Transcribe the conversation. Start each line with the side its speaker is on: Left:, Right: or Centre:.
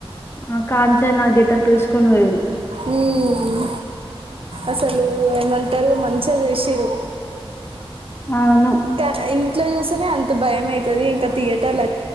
Left: ఆ కాంచన గెటప్ వేసుకొని పోయిరు
Right: ఉమ్మ్ అసలు ఏమంటారు మంచిగా చేసిరు
Left: అవును
Right: తా ఇంట్లో చూస్తేనే అంత భయం అయితది ఇంకా థియేటర్లు